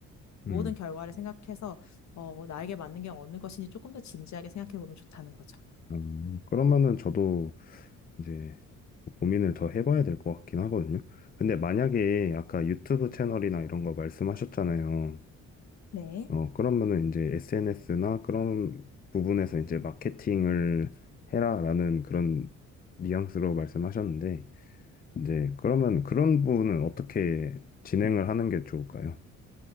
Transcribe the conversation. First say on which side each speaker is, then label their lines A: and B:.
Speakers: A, on the left; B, on the left.
A: 음.
B: 모든 결과를 생각해서 어, 나에게 맞는 게 어느 것인지 조금 더 진지하게 생각해 보면 좋다는 거죠.
A: 음. 그러면은 저도 이제 고민을 더 해봐야 될 것 같긴 하거든요. 근데 만약에 아까 유튜브 채널이나 이런 거 말씀하셨잖아요.
B: 네.
A: 어, 그러면은 이제 SNS나 그런 부분에서 이제 마케팅을 해라라는 그런 뉘앙스로 말씀하셨는데, 이제 그러면 그런 부분은 어떻게 진행을 하는 게 좋을까요?